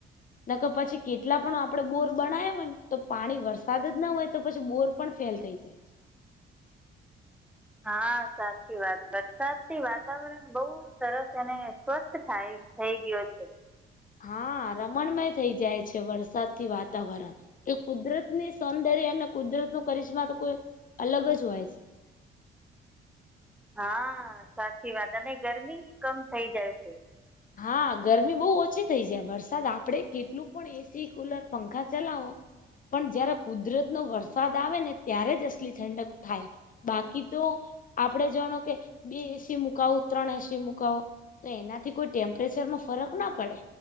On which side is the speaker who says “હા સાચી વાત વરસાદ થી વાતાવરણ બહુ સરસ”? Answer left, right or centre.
Centre